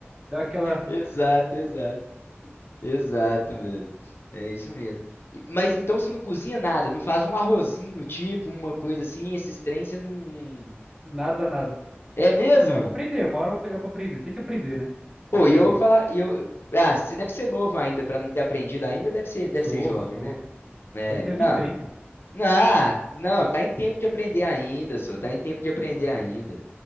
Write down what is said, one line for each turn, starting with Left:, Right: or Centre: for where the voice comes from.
Right: dar aquela
Left: Exato, exato. Exato, velho. É isso mesmo. E- Mas então você não cozinha nada, não faz um arrozinho, tipo, uma coisa assim, esses trem você não.
Right: nada, nada.
Left: É mesmo?
Right: Mas vou aprender, uma hora eu vou pegar pra aprender. Tem que aprender, né?
Left: Pô,
Right: Não tem
Left: e eu
Right: jeito.
Left: vou falar, e eu, ah, você deve ser novo ainda pra não ter aprendido ainda, deve ser, deve
Right: Suou,
Left: ser jovem,
Right: suou.
Left: né? É,
Right: Eu não tenho
Left: tá.
Right: nem 30.
Left: Ah, não, tá em tempo de aprender ainda, só, tá em tempo de aprender ainda.